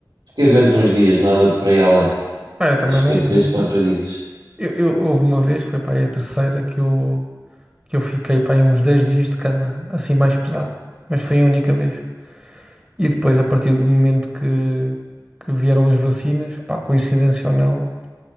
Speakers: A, on the right (about 70°); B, on the right (about 15°).
A: Fiquei doente uns dias, nada para ir além.
B: ah, eu também
A: Acho que
B: não.
A: foi três, quatro dias.
B: Eu, eu- houve uma vez que foi para aí a terceira que eu, que eu fiquei para aí uns 10 dias de cama, assim mais pesado. Mas foi a única vez. E depois, a partir do momento que, que vieram as vacinas, pá, coincidência ou não,